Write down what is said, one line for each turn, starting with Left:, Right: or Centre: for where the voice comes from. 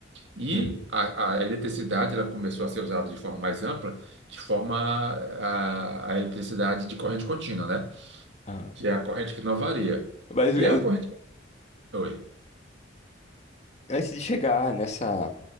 Right: E
Left: <laughs>
Right: a, a eletricidade ela começou a ser usada de forma mais ampla, de forma a, a eletricidade de corrente contínua, né?
Left: Ah,
Right: Que é a corrente que não varia.
Left: mas
Right: Que
Left: eu-
Right: é a corrente. Oi.
Left: antes de chegar nessa,